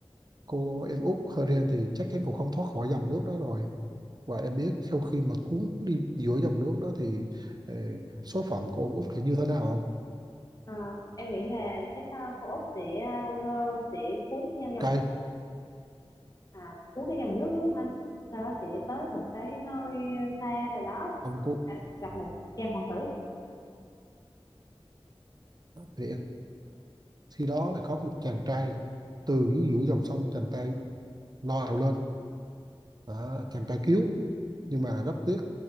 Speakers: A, on the right; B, on the left.
A: cô em út Heren thì chắc chắn cũng không thoát khỏi dòng nước đó rồi và em biết sau khi mà cuốn đi giữa dòng nước đó thì ờ, số phận của ông út thì như thế nào không
B: Ờ, em nghĩ là chắc ờ, cô Út sẽ ờ, sẽ cuốn theo dòng
A: cay
B: à, cuốn theo dòng nước đúng không anh sau đó sẽ tới một cái nơi xa nào đó
A: ông có
B: à, gặp một chàng hoàng tử
A: thì em, khi đó là có một chàng trai từ dưới giữa dòng sông chàng trai leo lên đó, chàng trai cứu nhưng mà rất tiếc